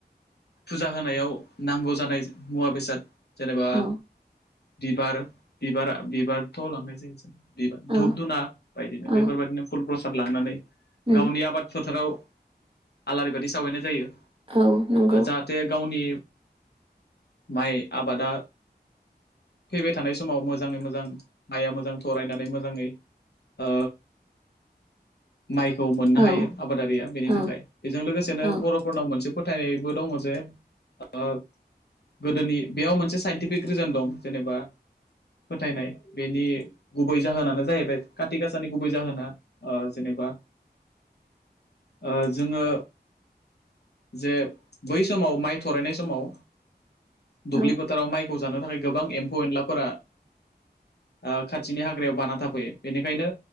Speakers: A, on the left; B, on the right.
A: फुजा होनायाव नांगौ जानाय मुवा बेसाद जेनेबा
B: औ
A: बिबार बिबारा बिबारथ' लांनाय जायो जों बिबार
B: औ
A: धुप धुना बायदिनो
B: औ
A: बेफोरबायदिनो फुल प्रसाद लांनानै
B: उम
A: गावनि आबाद फोथाराव आलारि बाथि सावहैनाय जायो‌।
B: औ। नंगौ
A: ओ जाहाथे गावनि माइ आबादा फैबाय थानाय समाव मोजाङै मोजां माइआ मोजां थरायनानै मोजाङै ओ माइखौ मोननो
B: औ
A: हायो। आबादारिया बेनि
B: औ
A: थाखाय बेजों लोगोसेनो
B: औ
A: बर'फोरनाव मोनसे फोथायनाय बो दङ जे ओ गोदोनि बेयाव मोनसे साइन्टिफिक रिजोन दं जेनेबा फोथायनाय बेनि गुबै जाहोनानो जाहैबाय खाथि कासानि गुबै ओ जाहोना ओ जेनेबा ओ जोङो जे बै समाव माइ थरायनाय समाव दुब्लि
B: औ
A: फोथाराव माइखौ जानो थाखाय गोबां एम फौ एनलाफोरा ओ खाथिनि हाग्रायाव बाना थाफैयो। बेनिखायनो